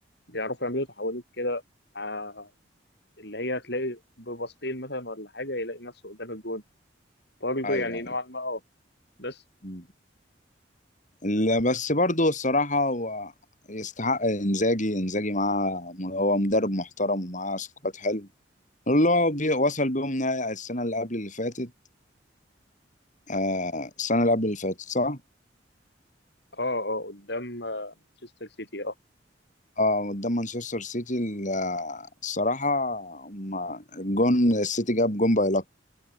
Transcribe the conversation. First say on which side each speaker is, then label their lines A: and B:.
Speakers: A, on the left; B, on the left.
A: بيعرفوا يعملوا تحولات كده ع- اللي هي تلاقي ببسطين مثلا ولا حاجة يلاقي نفسه قدام الجون برضه
B: ايوه
A: يعني
B: ايوه
A: نوعا ما اه بس
B: مم. لا، بس برضه الصراحه هو يستحق انزاجي انزاجي معاه هو مدرب محترم ومعاه سكواد حلو اللي هو بي- وصل بيهم نهائي السنه اللي قبل اللي فاتت آه السنة اللي قبل اللي فاتت صح؟
A: اه اه قدام آه، مانشستر سيتي اه
B: اه قدام مانشستر سيتي ال- آه، الصراحة هما الجون السيتي جاب جون باي لك